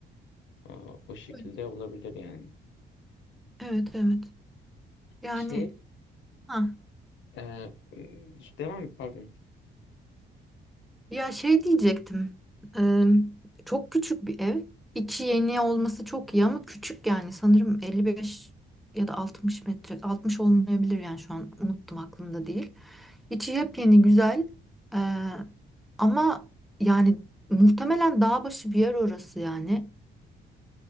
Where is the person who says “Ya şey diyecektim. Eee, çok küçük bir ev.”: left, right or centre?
Centre